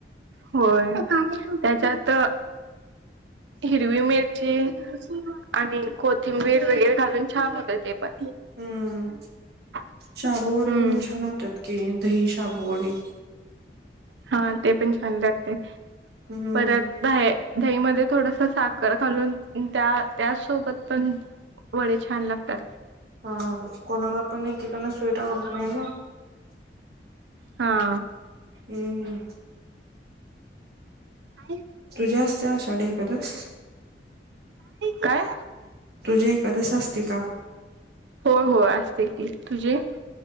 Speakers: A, on the right; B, on the right.
A: होय त्याच्यात हिरवी मिेर आणि कोथिंबीर वगैरे घालून छान होत ते पण,
B: हम्म
A: हम्म.
B: शाबूवडे पण छान होतात दही, साबु वडे
A: हा ते पण छान लागतय
B: हम्म
A: परत द दही मध्ये थोडस साखर घालून त्या त्या सोबत पण वडे छान लागतात.
B: हा कोणाला पण एकेकाना स्विट आवडत नाही ना.
A: हा,
B: हम्म.
A: काय?
B: तुझ्या असते आषाढ एकारस
A: काय?
B: तुझे एखादस असते का?
A: हो हो असते की तुझी-